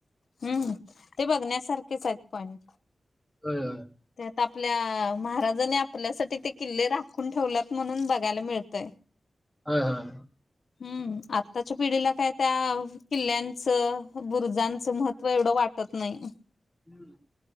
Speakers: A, on the left; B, in the centre.
A: हम्म ते बघण्यासारखेच आहेत पण
B: होय होय
A: आता आपल्या महाराजानी आपल्यासाठी ते किल्ले राखून ठेवल्यात म्हणून बघायला मिळतय.
B: होय होय.
A: हम्म. आत्ताच्या पिढीला काय. त्या किल्ल्यांच बुरु ज च महत्व एवढं वाटत नाही.
B: हं.